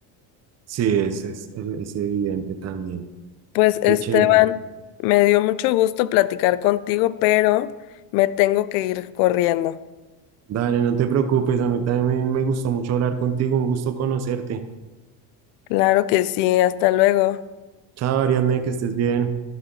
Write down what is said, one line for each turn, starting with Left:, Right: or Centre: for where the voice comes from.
Right: Sí, es, es, es evidente también.
Left: Pues
Right: Qué
Left: Esteban,
Right: chévere.
Left: me dio mucho gusto platicar contigo, pero me tengo que ir corriendo.
Right: Dale, no te preocupes, a mí también me gustó mucho hablar contigo, un gusto conocerte.
Left: Claro que sí, hasta luego.
Right: Chao, Ariadne, que estés bien.